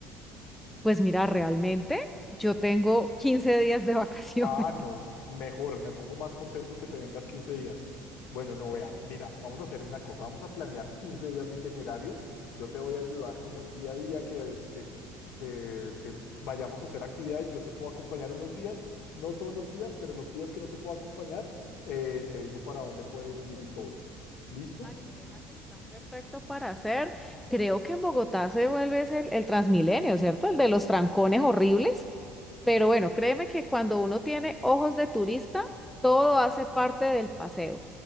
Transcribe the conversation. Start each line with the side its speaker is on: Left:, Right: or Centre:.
Centre: Pues mira, realmente yo tengo 15 días de vacaciones.
Left: Ah, no,
Centre: <laughs>
Left: mejor, me pongo más contento que te vengas 15 días. Bueno, no vea, mira, vamos a hacer una cosa, vamos a planear 15 días de itinerario. Yo te voy a ayudar como el día a día que, que, que, que vayamos a hacer actividades. Yo te puedo acompañar unos días, no todos los días, pero los días que no te puedo acompañar, eh, te digo para dónde puedes ir y todo. ¿Listo?
Centre: Vale, me dejas el plan perfecto para hacer. Creo que en Bogotá se vuelve ese el, el Transmilenio, ¿cierto? El de los trancones horribles. Pero bueno, créeme que cuando uno tiene ojos de turista, todo hace parte del paseo.